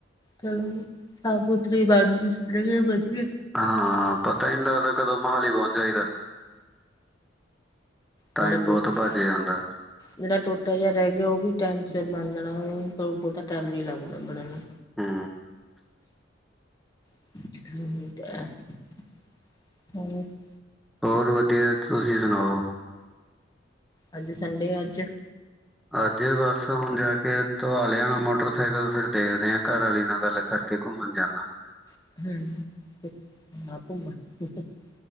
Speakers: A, on the left; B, in the centre.
A: ਚਲੋ ਸਾਫ਼ ਸੁਥਰੀ ਬਣ ਸੜ ਵਧੀਆ
B: ਹਾਂ ਪਤਾ ਹੀ ਨਹੀਂ ਲੱਗਦਾ ਕਦੋਂ ਮੋਹਾਲੀ ਪਹੁੰਚ ਜਾਈਦਾ। ਟਾਈਮ
A: ਜਿਹੜਾ ਟੋਟਲ
B: ਬਹੁਤ ਬਚ ਜਾਂਦਾ।
A: ਜਿਹੜਾ ਟੋਟਾ ਜਿਹਾ ਰਹਿ ਗਿਆ ਉਹ ਵੀ ਟੈਮ ਸ ਬਣ ਜਾਣਾ ਬਹੁਤਾ ਟੈਮ ਨੀ ਲੱਗਦਾ ਬਣਨ ਨੂੰ
B: ਹੂੰ
A: <unintelligible>
B: ਹੋਰ ਵਧੀਆ ਤੁਸੀਂ ਸੁਣਾਓ
A: ਅੱਜ ਸੰਡੇ ਅੱਜ
B: ਅੱਜ ਬਸ ਹੁਣ ਜਾ ਕੇ ਧ ਆ ਲਿਆਣਾ ਮੋਟਰਸਾਈਕਲ ਫਿਰ ਦੇਖਦੇ ਆਾਂ ਘਰ ਵਾਲੀ ਨਾਲ ਗੱਲ ਕਰਕੇ ਘੁੰਮਣ ਜਾਂਦਾ
A: ਹੂੰ <unintelligible>